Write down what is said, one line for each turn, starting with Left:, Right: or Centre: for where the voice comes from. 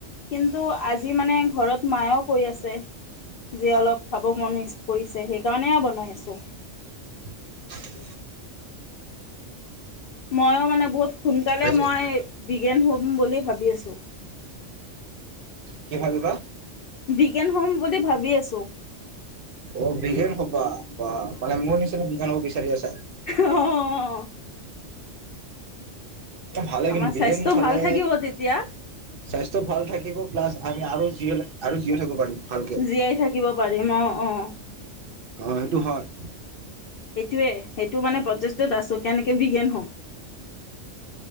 Left: কিন্তু আজি মানে ঘৰত মায়েও কৈ আছে। আজি অলপ খাব মন কৰিছে সেইকাৰণে বনাই আছো
Right: <unintelligible>
Left: মইয়ো মানে বহুত সোনকালে
Right: আজি
Left: মই বিগেন হোম বুলি ভাবি আছোঁ
Right: কি ভাবিবা
Left: বিজ্ঞান হম বুলি ভাবি আছো
Right: অ বিগেন হ'বা বা মানে মোৰ নিচিনা বিগেন হ'ব বিচাৰি আছা
Left: অৱ
Right: ভালে
Left: আমাৰ
Right: কিন্তু বিগেন
Left: স্বাস্থ্য
Right: খালে
Left: ভাল থাকিব তেতিয়া।
Right: স্বাস্থ্য ভাল থাকিব প্লাছ আমি আৰু জীয়ী হলে আৰু জীয়ীয়ে থাকিব পাৰিম ভালকে
Left: জীয়াই থাকিব পাৰিম অৱ অৱ
Right: অঁ সেইটো হয়
Left: সেইটোৱে সেইটো মানে প্ৰচেষ্টোত আছো কেনেকে বিজ্ঞান হওঁ